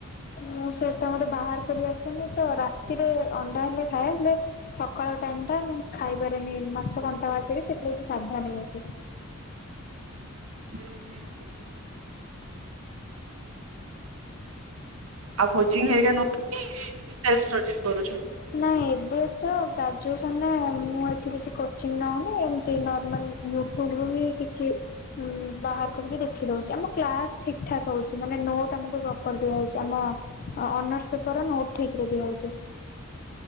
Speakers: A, on the left (about 40°); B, on the right (about 75°).
A: ମୁଁ ସେଇଟା ମତେ ବାହାର କରି ଆସେନି ତ। ରାତିରେ ଅଣ୍ଡା ହେଲେ ଖାଏ ହେଲେ ସକାଳ ଟାଇମଟା ମୁଁ ଖାଇପାରେନି ମାଛ କଣ୍ଟା ବାହାର କରି ସେଥିଲାଗି ସେ ସାଧା ନେଇଆସେ।
B: ହୁଁ ହୁଁ। ଆଉ କୋଚିଙ୍ଗ ଘରିକା ନଉଚ କି ଏମିତି ସେଲଫ୍ ଷ୍ଟଡିସ୍ କରୁଛ?
A: ନାଇଁ ଏବେ ତ ଗ୍ରାଜୁଏସନରେ ମୁଁ ଏଇଠି କିଛି କୋଚିଂ ନଉନି ଏମ୍ ତି ନର୍ମାଲ ୟୁଟୁବରୁ ହିଁ କିଛି ଉଁ ବାହାର କରିକି ଦେଖି ଦଉଛି। ଆମ କ୍ଲାସ ଠିକ୍ ଠାକ୍ ହଉଛି ମାନେ ନୋଟ୍ ଆମକୁ ପ୍ରପର ଦିଆହଉଛି। ଆମ ଅ-ଅନର୍ସ ପେପରର ନୋଟ୍ ଠିକରେ ଦିଆହଉଛି।